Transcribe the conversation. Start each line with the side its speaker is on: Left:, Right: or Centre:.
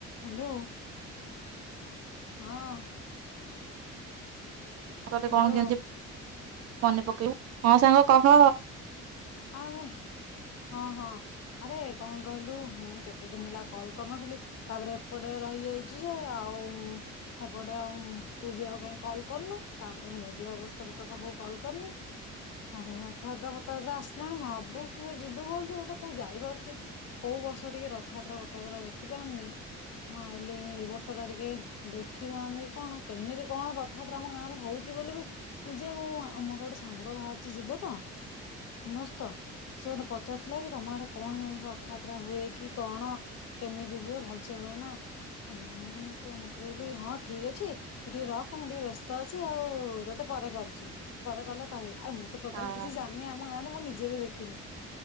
Left: Hello. ହଁ।
Right: ତତେ
Left: ହ୍ୟାଲୋ
Right: କଣ କେମତି ମନେ ପକେଇବୁ ହଁ ସାଙ୍ଗ କହ
Left: ଆରେ ହଁ ହଁ ଆରେ କଣ କହିଲୁ ମୁଁ କେତେ ଦିନ ହେଲା କଲ କରିନଥିଲି ତାପରେ ଏପଟେ ରହିଯାଉଛି ଯେ ଆଉ ଏପଟେ ଆଉ ତୁ ବି ଆଉ କାହିଁକ କଲ୍ କରନୁ ତାପରେ ମୁଁ ବି ଆଉ ବ୍ୟସ୍ତରେ ତୋ ପାଖକୁ କଲ୍ କରିନି ତାପରେ ରଥଯାତ୍ରା ଫଥଯାତ୍ରା ଆସ ଆସିଲାଣି ଭାବୁଛି ଟିକେ ଯିବି ବୋଲିଲ ହେଲେ କୋଉ ଯାଇପାରୁଛି କୋଉ ବର୍ଷ ଟିକେ ରଥଯାତ୍ରା ବଥାଯାତ୍ରା ଦେଖି ପାରୁନି ମୁଁ ଆଲି ଏଇ ବର୍ଷ ଟା ଟିକେ ଦେଖିଥାନ୍ତି କଣ କେମିତି କଣ ରଥଯାତ୍ରା ଆମ ଗାଁରେ ହଉଛି ବୋଲି ଯେ ମୁଁ ଆମର ଗୋଟେ ସାଙ୍ଗ ବାହାରୁଛି ଯିବ ତ ମସ୍ତ ସେ ମତେ ପଚାରୁଥିଲା କି ତମ ଆଡେ କଣ କେମିତି ଅ କଥାାତ୍ରା ହୁଏ କି କଣ କେମିତି ହୁଏ ଭଲସେ ହୁଏ ନା ମୁଁ ତ ମୁଁ କହିଲି ହଁ ଠିକ ଅଛି ତୁ ଟିକେ ରଖ ମୁଁ ଟିକେ ବ୍ୟସ୍ତ ଅଛି ଆଉ ତତେ ପରେ କରୁଛି ପରେ କଲେ କହିବି। ଆ ମୁଁ ତ
Right: ହଁ
Left: ଟୋଟାଲି କିଛି ଜାିନି ଆ ମୁଁ ନିଜେ ବି ଦେଖିନି